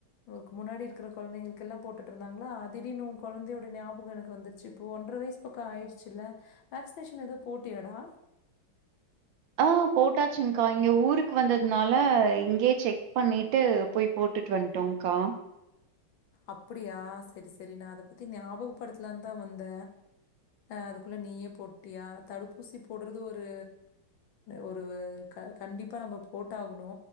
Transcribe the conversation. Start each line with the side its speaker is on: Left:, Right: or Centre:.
Left: ஒ க்கு முன்னாடி இருக்கற கொழந்தைங்களுக் எல்லா போட்டுட்டு இருந்தாங்களா திடீர்னு உ கொழந்தையோட ஞாபக எனக்கு வந்துருச்சு இப்போ ஒன்ற வயசு பக்கோ ஆயிடுச்சுல வேக்சினேஷன் ஏதா போட்டியாடா
Right: ஆ போட்டாச்சுங்கா இங்க ஊருக் வந்ததுனால இங்க செக் பண்ணிட்டு போய் போட்டுட் வந்டோங் கா
Left: அப்டியா சரி சரி நா அத பத்தி ஞாபக படத்துலான் தா வந்த அதுக்குள்ள நீயே போட்டியா தடுப்பூசி போட்றது ஒரு ஒரு க கண்டிப்பா நம்ம போட்ட ஆகணு